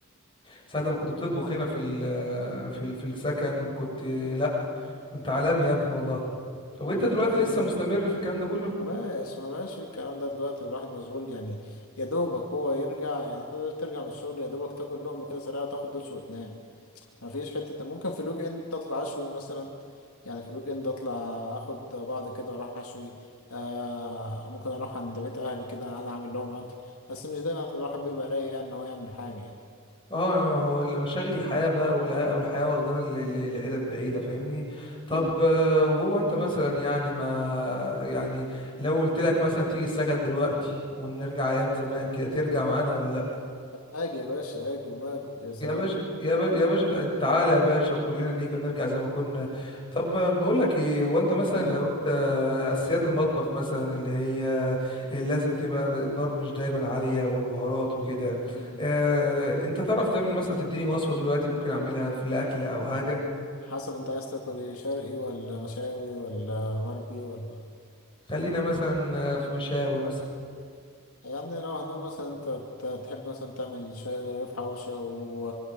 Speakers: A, on the left; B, on the left.
A: ساعه لما كنت بتطبخ هنا في ال... في ال... في السكن كنت لا كنت عالمي يا ابني والله طب وانت
B: يلا
A: دلوقتي
B: خير
A: لسه
B: بقى
A: مستمر في الكلام ده كله
B: ما بقاش ما بقاش في الكلام ده دلوقتي الواحد مشغول يعني يا دوبك هو يرجع يعني حتى لو ترجع من الشغل يا دوبك تاكل لقمة كده سريعة تاخد دش وتنام ما فيش حتة ممكن في الويك اند اطلع اشوي مثلا يعني في الويك اند اطلع اخد بعض كده واروح اشوي آه ممكن اروح عند بيت اهلي كده انا اعمل لهم اكل بس مش دايما الواحد بيبقى رايق يعني ان هو يعمل حاجة
A: اه أنا- هو مشاغل الحياه بقى والع- او الحياه واخدانا ل- ل- لحتت بعيده فاهمني طب
B: امم
A: آه، وهو انت مثلا يعني ما يعني لو قلت لك مثلا تيجي السكن دلوقتي ونرجع ايام زمان كده ترجع معانا ولا
B: اجي يا باشا اجي وماله يا سلام
A: يا باشا يا باشا يا باشا تع- تعالى يا باشا وكلنا نيجي ونرجع زي ما كنا طب ما بقول لك ايه هو انت مثلا
B: اه
A: لو انت اساسيات المطبخ مثلا اللي هي اللي لازم تبقى النار مش دايما عالية والبهارات وكده
B: مم.
A: اه انت تعرف تعمل مثلا تديني وصفة دلوقتي ممكن اعملها في الاكل او حاجة
B: حسب انت عايز تاكل ايه شرقي ولا مشاوي ولا غربي ولا
A: خلينا مثلا آه، في مشاوي مثلا
B: يعني لو هنقول مثلا انت ت- تحب مثلا تعمل شوية رغيف حوشي او